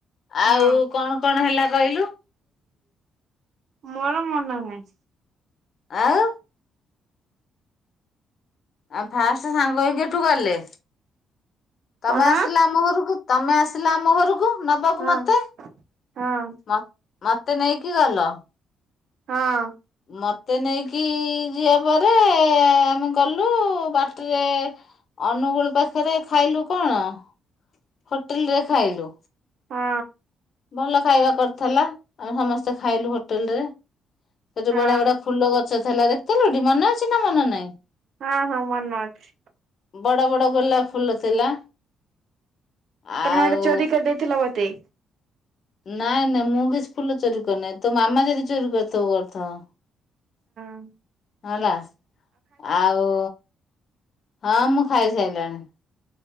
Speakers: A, on the right (about 65°); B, on the left (about 55°).
A: ହଁ
B: ଆଉ କଣ କଣ ହେଲା କହିଲୁ?
A: ମୋର ମନ ନାହିଁ।
B: ଆଉ? ଆଉ ଫାଷ୍ଟ ସାଙ୍ଗ ହେଇକି ଏଠୁ ଗଲେ। ତମେ
A: କଣ
B: ଆସିଲ ଆମ ଘରକୁ ତମେ ଆସିଲ ଆମ ଘରକୁ। ନବାକୁ
A: ହଁ
B: ମତେ
A: ହଁ
B: ମତ ମତେ ନେଇକି ଗଲ।
A: ହଁ।
B: ମତେ ନେଇକି ଯିବା ପରେ ଆମେ ଗଲୁ ବାଟରେ ଅନୁଗୁଳ ପାଖରେ ଖାଇଲୁ କଣ? ହୋଟେଲ ରେ ଖାଇଲୁ।
A: ହଁ
B: ଭଲ ଖାଇବା କରିଥିଲା। ଆମେ ସମସ୍ତେ ଖାଇଲୁ ହୋଟେଲ ରେ ସେଠି
A: ହଁ।
B: ବଢିଆ ବଢିଆ ଫୁଲ ଗଛ ଥିଲା ଦେଖିଥିଲୁଠି ମନେ ଅଛି ନା ମନେ ନାହିଁ?
A: ହଁ ହଁ ମନ ଅଛି।
B: ବଡ଼ ବଡ଼ ଗୋଲାପ ଫୁଲ ଥିଲା। ଆଉ
A: ତମେ ଗୋଟେ ଚୋରି କରିଦେଇଥିଲ ଗୋଟେ।
B: ନାଇଁ ନାଇଁ ମୁଁ କିଛି ଫୁଲ ଚୋରି କରିନାଇଁ। ତୋ ମାମା ଯଦି ଚୋରି କରିଥବ କରିଥବ।
A: ହୁଁ।
B: ହେଲା ଆଉ ହଁ ମୁଁ ଖାଇସାଇଲେଣି।